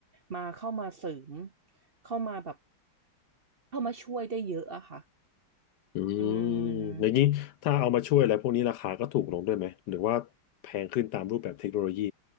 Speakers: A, on the right; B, on the left.
A: มาเข้ามาเสริมเข้ามาแบบ เข้ามาช่วยได้เยอะอะค่ะ
B: อืม
A: อืม
B: อย่างนี้ถ้าเอามาช่วยอะไรพวกนี้ราคาก็ถูกลงด้วยไหมหรือว่าแพงขึ้นตามรูปแบบเทคโนโลยี